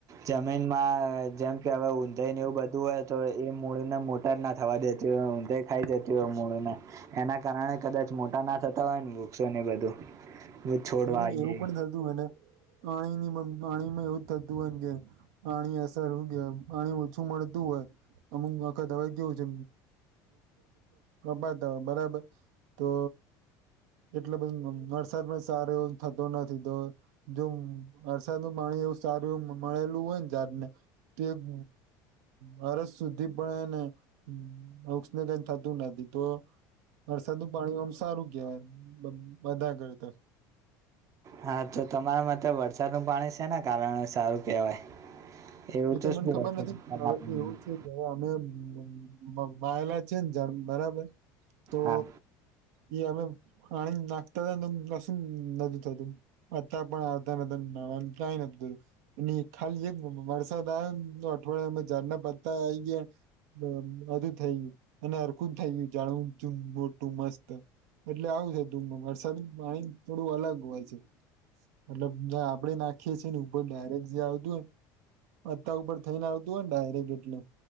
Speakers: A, on the right (about 35°); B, on the right (about 80°).
A: જમીનમાં જેમ કે હવે ઊંધૈન એવું બધું હોય તો એ મૂડીને મોટર ના થવા દેતી હોય ઉંધઈ ખાઈ જતી હો મૂળને. એના કારણે કદાચ મોટા ના થતા હોય ન વૃક્ષો ને બધું. છોડવા
B: એ
A: આવીએ
B: એવું પણ થતું હોયને પાણી નીમ પાણી માં એવું જ થતું હોય કે પાણી અસર હું કે પાણી ઓછું મળતું હોય અમુક વખત હવે કેવું છે <unintelligible> બરાબર. તો એટલો બધ વરસાદ પણ સારો એવ થતો નથી તો જો વરસાદ નું પાણી એવું સારું એવું મ મળેલું હોય ને જાડને તોએ વ વરસ સુધી પણ એને વૃક્ષને કઈ થતું નથી તો વરસાદનું પાણી ઓમ સારું કેહેવાય બ બધા કરતા.
A: હા તો તમારા માટે વરસાદ ન પાણી છેના કારણે સારું કેહેવાય. એવું
B: એ
A: તો
B: મને
A: શું
B: ખબર
A: <unintelligible>
B: નથી પણ હવે એવું છે તો અમે વવ વાયલા છે ને ઝાડ બરાબર તો
A: હા
B: એ અમે પાણી નાખતા તાન કશું નતુ થતું. અતા પણ આવતા નતા નવાનું ક્યાય <unintelligible> ન ખાલી એજ મમ માણસ <unintelligible> અઠવાડિયામ ઝાડના પત્તા આઈ ગ્યા બ બધું થઈ ગ્યું. અને હરખું જ થઈ ગયું જાણવુ <unintelligible> મોટું મસ્ત. એટલે આવું છે ધૂમમાં વરસાદનું પાણી થોડું અલગ હોય છે. મતલબ ના આપડે નાખીએ છીએ ને ઉપર ડાયરેક્ટ જે આવતું હોય પત્તા ઉપર થઈને આવતું હોયને ડાયરેક્ટ એટલે.